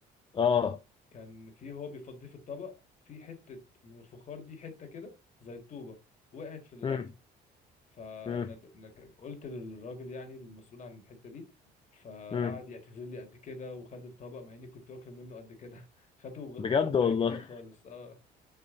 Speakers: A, on the left; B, on the left.
A: اه
B: كان في هو بيفضيه في الطبق في حتة من الفخار دي حتة كده زي الطوبة وقعت في الأكل
A: امم
B: فقلت
A: امم
B: للراجل يعني المسؤول عن الحتة دي فقعد
A: امم
B: يعتذر لي قد كده وخد الطبق مع اني كنت واكل منه قد كده <laughs> خده وغ-
A: بجد
B: وجاب لي
A: والله
B: واحد جديد خالص اه